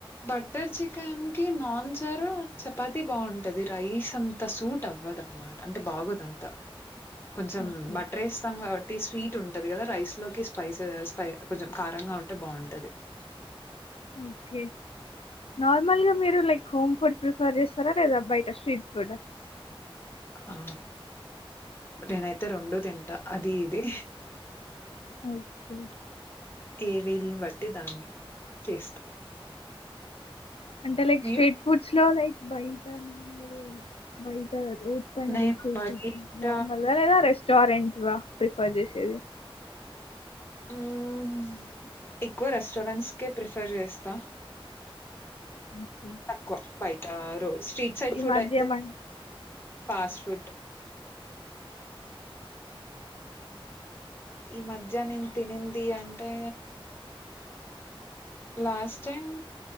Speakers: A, on the left; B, on the left.
A: బట్టర్ చికెన్ కి నాన్ జరా చపాతి బాగుంటది రైస్ అంతా సూట్ అవ్వదు అన్నమాట అంటే బాగోదంతా కొంచెం
B: ఓకే
A: బట్టర్ వేస్తాం కాబట్ టి స్వీట్ ఉంటది కదా రైస్ లోకి స్పైస్ కొంచెం కారంగా ఉంటే బాగుంటది <inaudible>
B: ఓకే నార్మల్గా మీరు లైక్ హోమ్ ఫుడ్ ప్రిఫర్ చేస్తారా లేదా బయట స్ట్రీట్ ఫుడ్ ఆ
A: ఆ నేనైతే రెండు తింటా అది ఇది
B: ఓకే
A: ఏ వీలని బట్టి దాన్ని చేస్తా
B: అంటే లైక్
A: మీరు?
B: స్ట్రీట్ ఫుడ్స్ లో లైక్ బయట నాబ బైట రోడ్ పైనా
A: నేను
B: ఏగ్గతా
A: బయట
B: నార్మల్ గా లేదా రెస్టారెంట్ వి ప్రిఫర్ చేసేది
A: హ్మ్మ్ ఎక్కువ రెస్టారెంట్స్కే ప్రిఫర్ చేస్తా
B: ఓకే
A: తక్కువ బయట రో స్ట్రీట్ సైడ్
B: ఈ
A: ఫుడ్
B: మధ్య
A: అయితే
B: మనకి
A: ఫాస్ట్ ఫుడ్ ఈ మధ్య నేను తినింది అంటే లాస్ట్ టైమ్